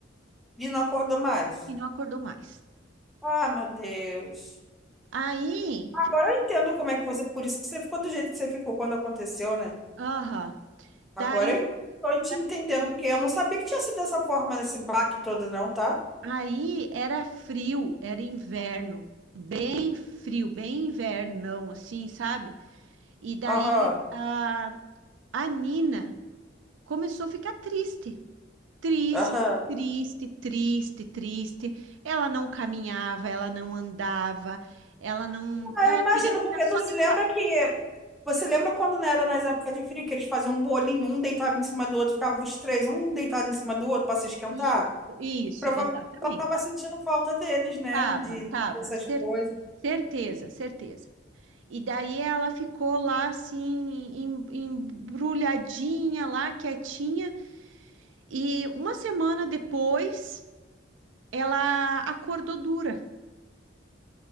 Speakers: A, in the centre; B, on the right.
A: E não acordou mais.
B: E não acordou mais.
A: Ah, meu Deus.
B: Aí.
A: Agora
B: fi-
A: eu entendo como é que você. Por isso que você ficou do jeito que você ficou quando aconteceu, né?
B: Aham. Daí.
A: Agora eu estou te
B: da-
A: entendendo, porque eu não sabia que tinha sido dessa forma nesse baque todo, não, tá?
B: Aí era frio. Era inverno. Bem frio. Bem invernão, assim, sabe? E daí
A: Aham.
B: a, a Nina começou a ficar triste. Triste,
A: Aham.
B: triste, triste, triste. Ela não caminhava, ela não andava, ela não,
A: Eu
B: ela
A: imagino,
B: queria ficar
A: porque
B: só
A: tu se
B: deitada.
A: lembra que. Você lembra quando não era nas épocas de frio, que eles faziam um bolinho, um deitava em cima do outro, ficavam os três, um deitado em cima do outro para se esquentar?
B: Isso, isso,
A: Provavelmente
B: exatamente.
A: ela estava sentindo falta deles, né?
B: Tava,
A: De
B: tava,
A: essas
B: cer-
A: coisas.
B: certeza, certeza. E daí ela ficou lá assim, em- embrulhadinha lá, quietinha, e uma semana depois ela acordou dura.